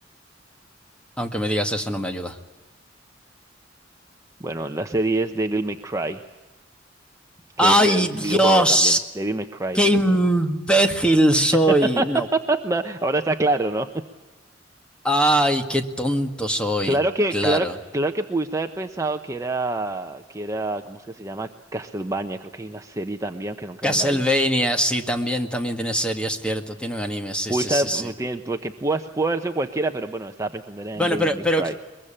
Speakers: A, in the centre; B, on the right (about 15°).
A: Aunque me digas eso, no me ayuda.
B: Bueno, la serie es Devil May Cry, que
A: ¡Ay,
B: es eh, un
A: Dios!
B: videojuego también. Devil May Cry,
A: ¡Qué
B: videojuego.
A: imbécil
B: <laughs>
A: soy! No.
B: No, ahora está claro, ¿no?
A: Ay, qué tonto soy.
B: Claro que,
A: Claro.
B: claro, claro que pudiste haber pensado que era, que era, ¿cómo es que se llama? Castlevania, creo que hay una serie también, aunque nunca
A: Castlevania,
B: me la vi.
A: sí, también, también tiene series, cierto. Tiene un anime, sí,
B: Pudiste,
A: sí, sí,
B: haber-
A: sí.
B: pu- tiene- porque pudo, pudo haber sido cualquiera, pero bueno, estaba pensando era
A: Bueno,
B: en David
A: pero,
B: May
A: pero
B: Cry.